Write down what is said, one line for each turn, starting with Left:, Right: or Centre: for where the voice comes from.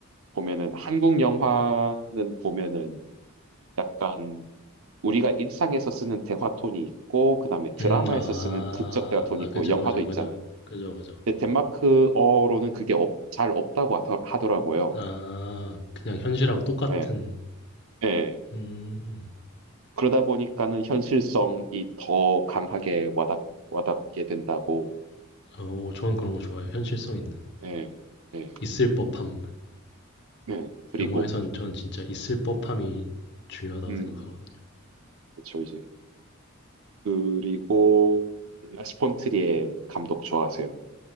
Right: 보면은 한국 영화는 보면은 약간 우리가 일상에서 쓰는 대화 톤이 있고 그다음에 드라마에서
Left: 음 아.
Right: 쓰는 극적 대화 톤이
Left: 아
Right: 있고
Left: 그죠,
Right: 영화도
Left: 그죠,
Right: 있잖아요.
Left: 그죠. 그죠, 그죠.
Right: 근데 덴마크어로는 그게 없, 잘 없다고 하더- 하더라고요.
Left: 아 그냥 현실하고 똑같은
Right: 예. 예.
Left: 음.
Right: 그러다 보니까는 현실성이 더 강하게 와닿, 와닿게 된다고.
Left: 어 저는 그런 거 좋아해요. 현실성 있는.
Right: 예. 예.
Left: 있을 법함.
Right: 네, 그리고
Left: 영화에선 전 진짜 있을 법함이 중요하다고
Right: 음,
Left: 생각하거든요.
Right: 그렇죠 이제 그리고 라스 폰트리에 감독 좋아하세요?